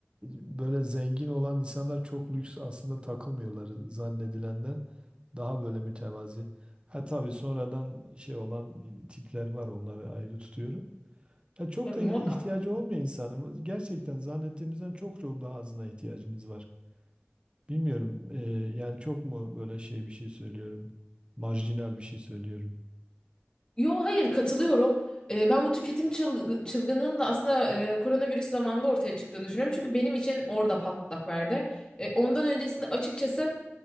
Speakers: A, on the right; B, on the left.
A: böyle zengin olan insanlar çok lüks aslında takılmıyorlar zannedilenden. Daha böyle mütevazi. Ha tabii sonradan şey olan tipler var onları ayrı tutuyorum. Ya çok
B: Tabii
A: da ihtiyacı
B: muhakkak.
A: olmuyor insanın. Gerçekten zannettiğimizden çok çok daha azına ihtiyacımız var. Bilmiyorum e, yani çok mu böyle şey bir şey söylüyorum. Marjinal bir şey söylüyorum.
B: Yo hayır katılıyorum. Ee, ben bu tüketim çıl- çılgınının da aslında e, koronavirüs zamanında ortaya çıktığını düşünüyorum. Çünkü benim için orada patlak verdi. E, ondan öncesinde açıkçası